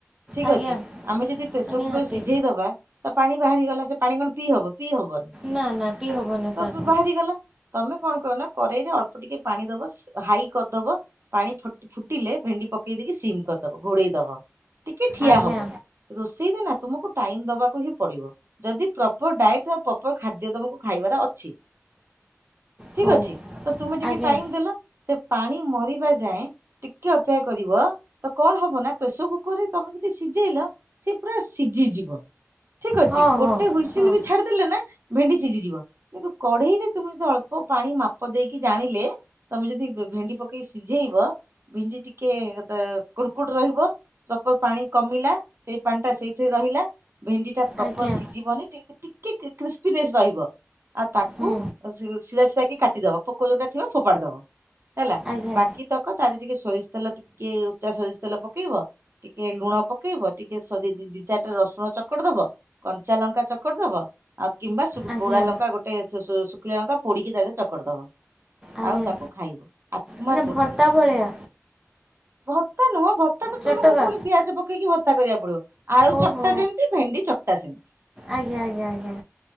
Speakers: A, on the right; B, on the right.
A: ଠିକ
B: ଆଜ୍ଞା।
A: ଅଛି ଆମେ ଯଦି ପ୍ରେସର
B: ନିହାତି
A: କୁକରରେ ସିଝେଇଦବା ତା ପାଣି ବାହାରିଗଲା ସେ ପାଣି କଣ ପିଇହବ ପିଇ ହବନି
B: ନା ନା ପିଇ ହବନି
A: ତ
B: ତାକୁ
A: ବାହାରିଗଲା। ତମେ କଣ କରବନା କରେଇରେ ଅଳ୍ପ ଟିକେ ପାଣି ଦବ ହାଇ କରିଦବ। ପାଣି ଫଟ ଫୁଟିଲେ ଭେଣ୍ଡି ପକେଇ ଦେଇକି ସିମ୍ କରିଦବ ଘୋଡେଇ ଦବ। ଟିକେ ଠିଆ
B: ଆଜ୍ଞା
A: ହବ, ରୋଷେଇ ରେ ନା ତୁମକୁ ଟାଇମ ଦବାକୁ ହିଁ ପଡିବ ଯଦି ପ୍ର ପ୍ରପର ଡାଏଟ୍ ପ୍ରପର ଖାଦ୍ୟ ତମକୁ ଖାଇବାର ଅଛି। ଠିକ
B: ହଉ।
A: ଅଛି ତ ତୁମେ ଟିକେ
B: ଆଜ୍ଞା
A: ଟାଇମ ଦେଲ ସେ ପାଣି ମରିବା ଯାଏଁ ଟିକେ ଅପେକ୍ଷା କରିବ ତ କଣ ହବ ନା ପ୍ରେସର କୁକର ରେ ତମେ ଯଦି ସିଝେଇଲ ସେ ପୁରା ସିଝିଯିବ, ଠିକ ଅଛି,
B: ହଁ
A: ଗୋଟେ
B: ହଁ
A: ହୁଇସିଲ
B: ହଁ
A: ବି ଛାଡ ଦେଲେ ନା ଭେଣ୍ଡି ସିଝିଯିବ, କିନ୍ତୁ କଢେଇରେ ତୁମେ ଯଦି ଅଳ୍ପ ଳ୍ପ ମାପ ପାଣି ମାପ ଦେଇକି ଜାଣିଲେ ତମେ ଯଦି ଭେଣ୍ଡି ପକେଇକି ସିଝେଇବ ଭେଣ୍ଡି ଟିକେ କୁଡ଼କୁଟ ରହିବ। <unintelligible> ପାଣି କମିଲା ସେଇ ପାଣି ଟା ସେଇଥିରେ ରହିଲା ଭେଣ୍ଡି ପ୍ରପର
B: ଆଜ୍ଞା
A: ସିଝିବନି ଟେ ଟିକେ କ୍ରିସ୍ପିନେସ ରହିବ ଆଉ ତାକୁ
B: ହୁଁ
A: ସିଲ୍ ଶିଳା ଶିଳା କି କାଟିଦବ ପୋକ ଯୋଉଟା ଥିବ ଫୋପାଡି ଦବ ହେଲା
B: ଆଜ୍ଞା
A: ବାକି ତକ ତାର ଟିକେ ସୋରିଷ ତେଲ ଟିକେ ଉଚା ସୋରିଷ ତେଲ ପକେଇବ। ଟିକେ ଲୁଣ ପକେଇବ ଟିକେ ସ ଦି ଚାରିଟା ରସୁଣ ଚକଟି ବ ଦବ। କଞ୍ଚା ଲଙ୍କା ଚକଟି ଦବ। ଆଉ କିମ୍ବା
B: ଆଜ୍ଞା
A: ପୋଡା ଲଙ୍କା ଗୋଟେ <unintelligible> ଶୁଖିଲା ଲଙ୍କା ପୋଡିକି ତାରେ ଚକଟିଦବ।
B: ଆଜ୍ଞା
A: ଆଉ ତାକୁ ଖାଇବ ଆତ୍ମା
B: ମାନେ
A: ତୃପ୍ତି।
B: ଭର୍ତ୍ତା ଭଳିଆ
A: ଭତ୍ତା ନୁହଁ ଭତ୍ <unintelligible>
B: ଚଟକା
A: ତୁମକୁ ପୁଣି ପିଆଜ ପକେଇକି ଭତ୍ତା କରିବାକୁ ପଡିବନି, ଆଳୁ
B: ଓହୋ
A: ଚକଟା ଯେମିତି ଭେଣ୍ଡି ଚକଟା ସେମିତି।
B: ଆଜ୍ଞା ଆଜ୍ଞା ଆଞା।